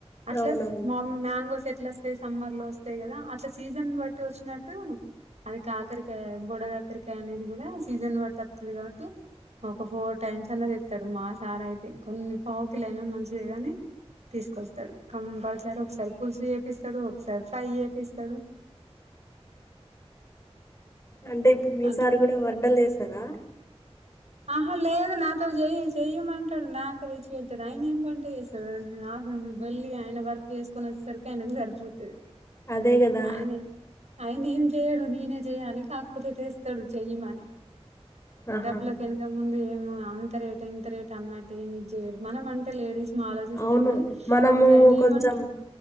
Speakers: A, on the right (about 80°); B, on the left (about 25°).
A: అట్లా
B: అవునవును
A: స్ మ మ్యాంగోస్ ఎట్లో సమ్మర్ లో వస్తాయి గదా అట్లా సీజన్ బట్టి వచ్చినట్టు అది కాకరకాయ బొడ కాకరకాయ అనేది కూడా సీజన్ బట్టి వత్తది కాబట్టి ఒక ఫోర్ టైమ్స్ అన్న తేస్తాడు మా సార్ అయితే కొన్ని పావు కిలోయినా మంచిది గాని తీసుకొస్తాడు కంపల్సరీ ఒకసారి పులుసు చేపిస్తాడు ఒకసారి ఫ్రై చేపిస్తాడు <inaudible>
B: అంటే ఇప్పుడు మీ
A: అట్లా
B: సార్ గూడా వంటలు చేస్తారా
A: ఆహా లేదు నాతో చెయ చెయ్యమంటాడు నాకు తెచ్చి పెడతాడు ఆయన ఏం వంట చేస్తా వెళ్ళి ఆయన వర్క్ చేసుకున్న సరికి ఆయనకు సరిపోతుంది
B: అదే కదా
A: ఆయనే ఆయన ఏం చెయ్యడు నేనే చెయ్యాలి కాకపోతే చేస్తాడు చెయ్యమని
B: ఆహా
A: డబ్బులకి వెనక ముందు ఏమ అంత రేటు ఇంత రేటు అన్నట్టు ఏమి ఇది చేయడు మనం అంటే లేడీస్ మా ఆలోచిస్తాం
B: అవును
A: గాని
B: మనము
A: ఇంకా ఆయన
B: కొంచెం
A: ఏమంట